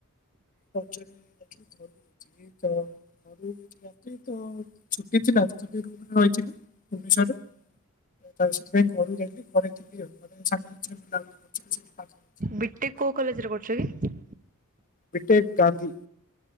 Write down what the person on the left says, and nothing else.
ରଜରେ ଯାଇ <inaudible> ତ ଘରୁ ଯାଇଥିଲି ତ ଛୁଟି ଥିଲା ତ ସେଠି ରୁମ୍ ରେ ରହିଥିଲି, ଭୁବନେଶ୍ଵରରେ। ତ ସେଥିପାଇଁ ଘରୁ ଯାଇଥିଲି। ଘରେ ଥିଲି ଆଉ, ମାନେ ସାଙ୍ଗସାଥୀ <inaudible> କରୁଥିଲି ଆଉ <inaudible>
ବିଟେକ୍ ଗାନ୍ଧୀ